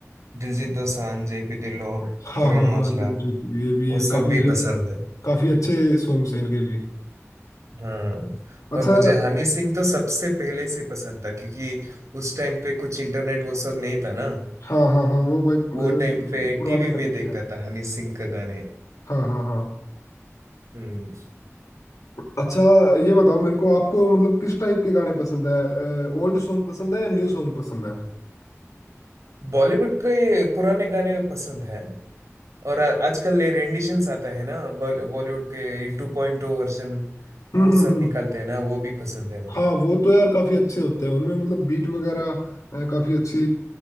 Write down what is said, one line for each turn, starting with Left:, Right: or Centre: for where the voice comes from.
Right: दिलजीत दोसांझ जेपी ढिल्लों
Left: हाँ
Right: करण
Left: हाँ हाँ
Right: औजला
Left: दिलजीत ये भी
Right: वो
Left: ये
Right: सब
Left: काफी
Right: भी पसंद है
Left: काफी अच्छे सॉन्ग्स हैं इनके भी
Right: हाँ
Left: अच्छा
Right: और मुझे हनी सिंह तो सबसे पहले से पसंद था क्योंकि उस टाइम पे कुछ इंटरनेट वो सब नहीं था ना
Left: हाँ हाँ हाँ वो भाई अ,
Right: वो टाइम पे
Left: पुराने
Right: टीवी में
Left: टाइम से
Right: देखता
Left: हैं।
Right: था हनी सिंह का गाने
Left: हाँ हाँ हाँ
Right: हम्म
Left: अच्छा ये बताओ मेरे को आपको मतलब किस टाइप के गाने पसंद है ओल्ड सॉन्ग पसंद है या न्यू सॉन्ग पसंद है
Right: बॉलीवुड के पुराने गाने पसंद है और आ- आजकल ये रेंडिशंस आता है ना बॉल- बॉलीवुड के टू पॉइंट ओ वर्जन
Left: हम्म
Right: वो
Left: हम्म
Right: सब
Left: हम्म
Right: निकालते हैं ना वो भी पसंद है मुझे
Left: हाँ वो तो यार काफी अच्छे होते हैं उनमें मतलब बीट वगैरह अ, काफी अच्छी